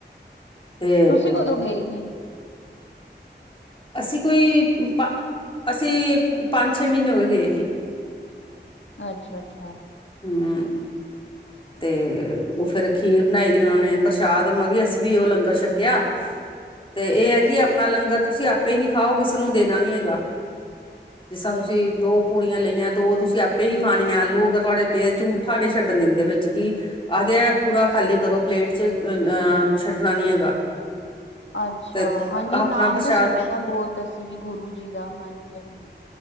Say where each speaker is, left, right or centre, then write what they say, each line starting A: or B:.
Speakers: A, on the left; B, on the left.
A: ਤੇ
B: ਤੁਸੀਂ ਕਦੋਂ ਗਏ ਹੀ।
A: ਅਸੀਂ ਕੋਈ ਅਸੀਂ ਪੰਜ ਛੇ ਮਹੀਨੇ ਹੋ ਗਏ ਸੀ।
B: ਅੱਛਾ ਅੱਛਾ।
A: ਹੁੰ। ਤੇ, ਉਹ ਫੇਰ ਖੀਰ ਬਣਾਈ ਦੀ ਹੀ ਉਹਨਾਂ ਨੇ, ਪ੍ਰਸ਼ਾਦ ਮ ਕੀ ਅਸੀਂ ਵੀ ਉਹ ਲੰਗਰ ਛੱਕਿਆ ਤੇ ਇਹ ਹੈ ਕਿ ਅਪਨਾ ਲੰਗਰ ਤੁਸੀਂ ਆਪੇ ਹੀ ਖਾਓ, ਕਿਸੇ ਨੂੰ ਦੇਣਾ ਨਹੀ ਹੈਗਾ ਜਿਸ ਤਾਂ ਤੁਸੀਂ ਦੋ ਪੂੜੀਆਂ ਲਈਆਂ ਦੋ ਤੁਸੀਂ ਆਪੇ ਹੀ ਖਾਣੀਆਂ ਆਲੂ ਅਗਰ, ਤੁਹਾਡੇ ਪਏ, ਜੂਠਾ ਨੀ ਛੱਡਣ ਦਿੰਦੇ ਵਿੱਚ ਕਹਿੰਦੇ ਕੀ, ਆਖਦੇ ਆ ਪੂਰਾ ਖਾਲੀ ਕਰੋ ਪਲੇਟ 'ਚ, ਅ ਅਹ ਛੱਡਣਾ ਨੀ ਹੈਗਾ
B: ਅੱਛਾ,
A: ਤੇ
B: ਹਾਂਜੀ!
A: ਆਪਣਾ
B: ਨਾਮ
A: ਪ੍ਰਸ਼ਾਦ
B: ਤੇ ਸੁਣਿਆ ਦਾ ਬਹੁਤ ਅਸੀ ਵੀ ਗੁਰੂ ਜੀ ਦਾ। ਹਾਂਜੀ, ਹਾਂਜੀ!